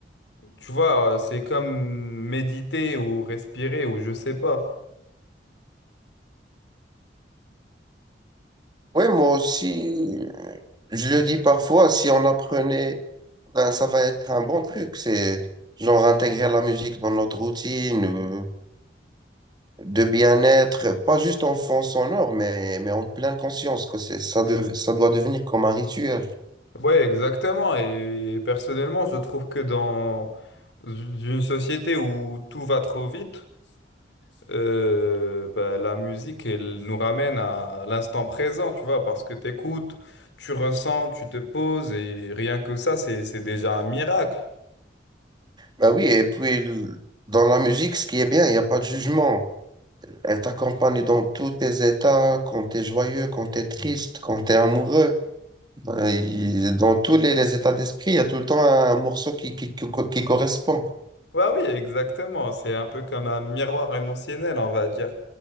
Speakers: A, on the left (about 85°); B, on the right (about 25°).
A: tu vois, c'est comme méditer ou respirer ou je sais pas.
B: Oui, moi aussi, je le dis parfois, si on apprenait, ben, ça va être un bon truc. C'est genre intégrer la musique dans notre routine euh, de bien-être, pas juste en fond sonore, mais, mais en pleine conscience que c'est, ça, dev- ça doit devenir comme un rituel.
A: Ouais, exactement. Et personnellement, je trouve que dans une société où tout va trop vite, euh, bah, la musique, elle nous ramène à l'instant présent, tu vois, parce que t'écoutes, tu ressens, tu te poses, et rien que ça, c'est, c'est déjà un miracle.
B: Ben oui, et puis le- dans la musique, ce qui est bien, il n'y a pas de jugement. Elle t'accompagne dans tous tes états, quand t'es joyeux, quand t'es triste, quand t'es amoureux. Euh, il- Dans tous les, les états d'esprit, il y a tout le temps un morceau qui, qui, qui, co- qui correspond.
A: Bah oui, exactement, c'est un peu comme un miroir émotionnel, on va dire.